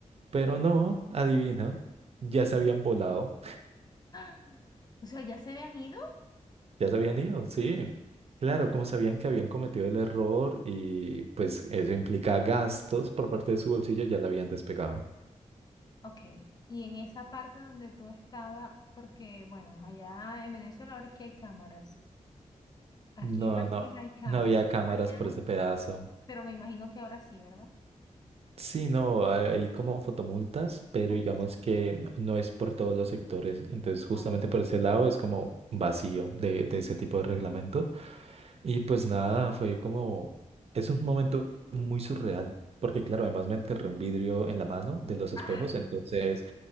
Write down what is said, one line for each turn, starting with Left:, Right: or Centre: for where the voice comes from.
Right: Pero no, adivina, ya se habían volado,
Left: <gasps> O sea, ¿ya se habían ido?
Right: ya se habían ido, sí. Claro, como sabían que habían cometido el error y pues eso implica gastos por parte de su bolsillo, ya la habían despegado.
Left: Ok, y en esa parte donde tú estabas, porque bueno, allá en Venezuela ahora es que hay cámaras, aquí
Right: No,
Left: en Brasil
Right: no,
Left: hay cámaras,
Right: no había cámaras
Left: allá,
Right: por ese pedazo.
Left: pero me imagino que ahora sí, ¿verdad?
Right: Sí, no, hay hay como fotomultas, pero
Left: Eso.
Right: digamos que n- no es por todos los sectores. Entonces, justamente
Left: Ah,
Right: por ese lado es como vacío de, de ese tipo de reglamento. Y pues nada, fue como, es un momento muy surreal, porque claro, además me enterré un vidrio en la mano de los espejos,
Left: ah,
Right: entonces